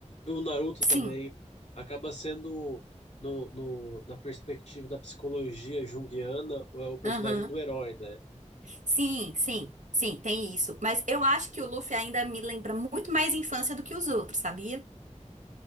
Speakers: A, on the left; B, on the right.
A: E o Naruto também
B: Sim,
A: acaba sendo, no, no- na perspectiva da psicologia junguiana, o, é o personagem
B: aham.
A: do herói, né?
B: Sim, sim, sim, tem isso. Mas eu acho que o Luffy ainda me lembra muito mais infância do que os outros, sabia?